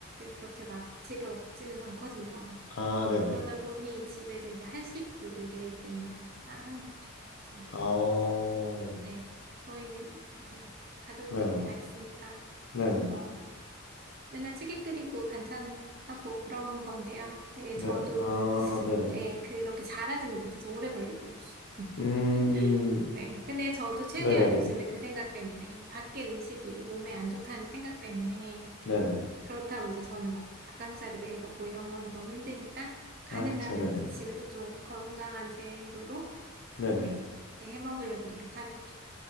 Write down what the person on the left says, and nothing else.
아, 네네.
어,
네네.
네네.
네,
아, 네네.
음,
네네네.
네네.
아, 그쵸, 네네.
네네.